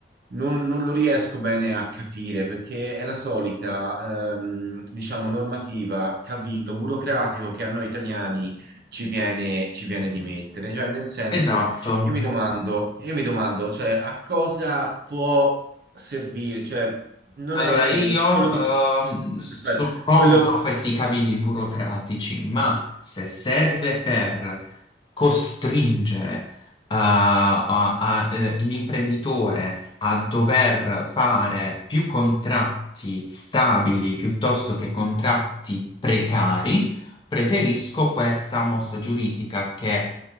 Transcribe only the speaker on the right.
Non, non lo riesco bene a capire perché è la solita, ehm, diciamo, normativa, cavillo burocratico che a noi italiani ci viene, ci viene di mettere. Cioè, nel senso,
io mi domando, io mi domando, cioè, a cosa può servire? Cioè, non
è che
quello che...
tu,
Aspetta,
quello...